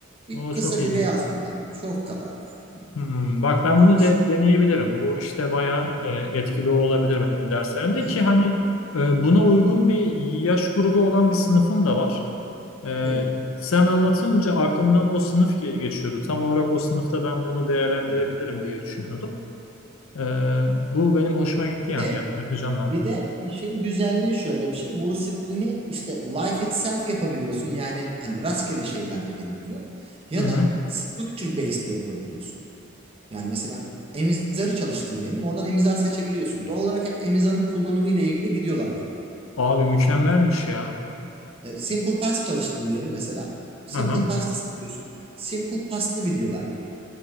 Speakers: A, on the right; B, on the left.
A: Bir
B: O
A: kısa
B: çok iyi.
A: bir reels kadar. Short kadar yani.
B: Hmm, bak
A: Çok
B: ben
A: çok
B: bunu
A: kısa.
B: de deneyebilirim. Bu işte bayağı
A: Hı
B: e, etkili olabilir benim derslerimde
A: hı.
B: ki hani e, buna uygun bir yaş grubu olan bir sınıfım da var. E,
A: Evet.
B: sen anlatınca aklımdan o sınıf ge- geçiyordu. Tam olarak o sınıfta ben bunu değerlendirebilirim
A: Hı hı.
B: diye düşünüyordum. Ee, bu benim hoşuma gitti
A: Bir
B: yani.
A: de
B: Yap- Yapacağım ben
A: Bir
B: bunu.
A: de işin güzelliği şöyle bir şey. Musical'ini işte life itself yapabiliyorsun. Yani hani rastgele şeyler de gelebiliyor. Ya
B: Hı hı.
A: da structure based de yapabiliyorsun. Yani mesela Emizar'ı çalıştın diyelim. Oradan Emizar seçebiliyorsun. Doğal olarak hep Emizar'ın kullanımı ile ilgili videolar geliyor.
B: Abi mükemmelmiş ya.
A: E, Simple Past çalıştın diyelim mesela. Simple
B: Hı hı.
A: Past'ı seçiyorsun. Simple Past'lı videolar geliyor.